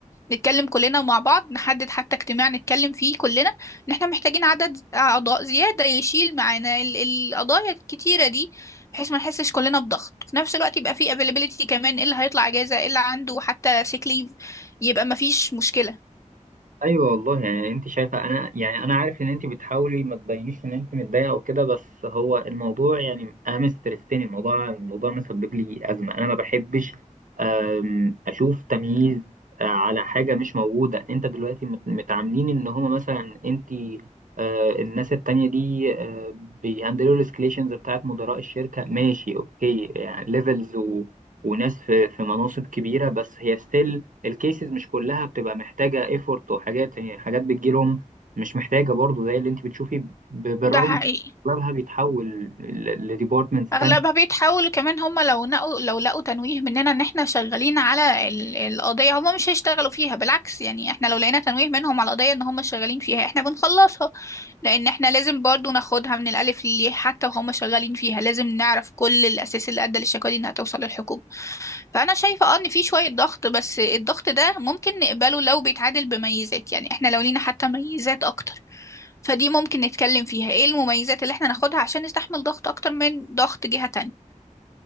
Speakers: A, on the left (about 20°); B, on the right (about 75°).
A: نتكلم كلنا مع بعض نحدد حتى اجتماع نتكلم فيه كلنا ان احنا محتاجين عدد اعضاء زيادة يشيل معانا ال- القضايا الكتيرة دي بحيث ما نحسش كلنا بضغط في نفس الوقت يبقى في availability كمان ايه اللي هيطلع اجازة ايه اللي عنده حتى sick leave يبقى ما فيش مشكلة
B: ايوه والله يعني انت شايفه انا يعني انا عارف ان انت بتحاولي ما تبينيش ان انت متضايقه وكده بس هو الموضوع يعني انا مسترسني الموضوع الموضوع مسبب لي ازمه انا ما بحبش أم، اشوف تمييز آه، على حاجه مش موجوده انت دلوقتي مت- متعاملين ان هما مثلا انت آه، الناس التانية دي آه، بيهندلوا الاسكليشنز بتاعت مدراء الشركه ماشي اوكي يعني ليفلز و... وناس في في مناصب كبيره بس هي ستيل الكيسز مش كلها بتبقى محتاجة ايفورت وحاجات يعني حاجات بتجيلهم مش محتاجة برضو زي اللي انت بتشوفي ب- بالرغم
A: ده حقيقي.
B: من إن اغلبها بيتحول لديبارتمنتس
A: اغلبها
B: تانية
A: بيتحاولوا كمان هم لو نقوا لو لقوا تنويه مننا ان احنا شغالين على ال- القضيه هم مش هيشتغلوا فيها بالعكس يعني احنا لو لقينا تنويه منهم على القضيه ان هم شغالين فيها احنا بنخلصها لان احنا لازم برضو ناخدها من الالف للياء حتى وهم شغالين فيها لازم نعرف كل الاساس اللي ادى للشكوى دي انها توصل للحكومه فانا شايفه اه ان في شويه ضغط بس الضغط ده ممكن نقبله لو بيتعادل بميزات يعني احنا لو لينا حتى ميزات اكتر فدي ممكن نتكلم فيها ايه المميزات اللي احنا ناخدها عشان نستحمل ضغط اكتر من ضغط جهه تانية